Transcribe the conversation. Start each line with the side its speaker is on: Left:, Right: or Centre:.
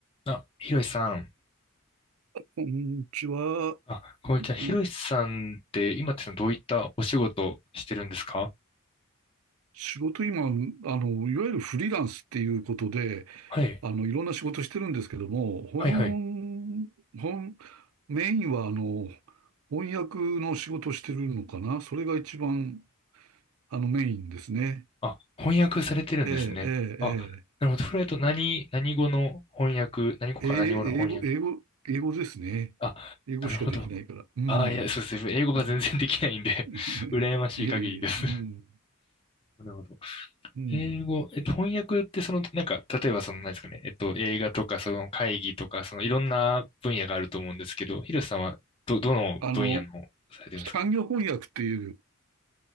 Left: あ、ひろしさん。
Right: こんにちは。
Left: あ、こんにちは。
Right: うん
Left: ひろしさんって今ってどういったお仕事してるんですか
Right: 仕事今、あの、いわゆるフリーランスっていうことで、
Left: はい。
Right: あの、いろんな仕事してるんですけども、本、
Left: はいはい。
Right: 本、メインはあの、翻訳の仕事してるのかなそれが一番、あの、メインですね。
Left: あ、翻訳されてるんですね。
Right: ええ、
Left: あ、
Right: え
Left: なるほど。フライト何、何語の翻訳、何語か何語の翻訳。
Right: え、ええ、え英語、英語、英語ですね。
Left: あ、
Right: 英語しかできないから。
Left: なるほど。
Right: うん。
Left: あ、いや、そうですね。英語が全然できないんで
Right: うん <laughs>。
Left: <laughs> 羨ましい限りです。
Right: ええ、うん。
Left: なるほど。
Right: うん。
Left: 英語、えっと、翻訳ってその、なんか、例えばその、何ですかね、えっと、映画とか、その会議とか、その、いろんな分野があると思うんですけど、ヒロさんは、ど、どの分野の、
Right: あの、
Left: されてるんですか
Right: 産業翻訳っていう、